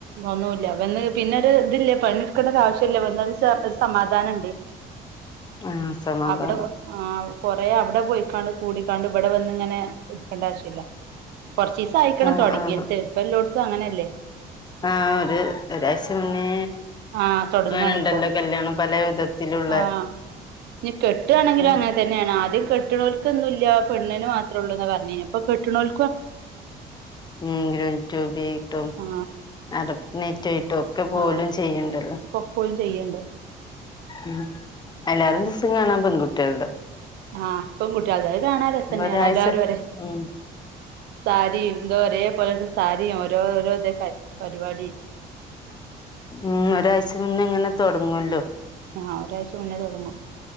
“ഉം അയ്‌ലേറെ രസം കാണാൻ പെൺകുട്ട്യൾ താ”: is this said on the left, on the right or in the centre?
Left